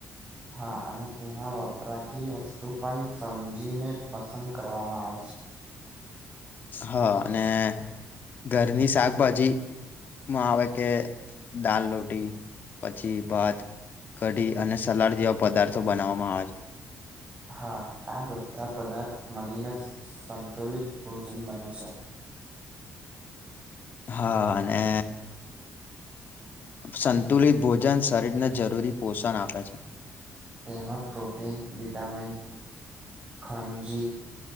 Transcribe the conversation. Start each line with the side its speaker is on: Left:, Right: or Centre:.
Right: હા અને તેમાં વપરાતી વસ્તુ પણ સમજીને પસંદ કરવામાં આવશે.
Left: હા અને ઘરની શાકભાજી માં આવે કે દાલ રોટી પછી ભાત કઢી અને સલાડ જેવા પદાર્થો બનાવવામાં આવે છે
Right: હા આ બધા પદાર્થ મળીને સંતુલિત ભોજન બને છે
Left: હા અને સંતુલિત ભોજન શરીરને જરૂરી પોષણ આપે છે
Right: તેમમાં પ્રોટીન વિટામિન ખાનજી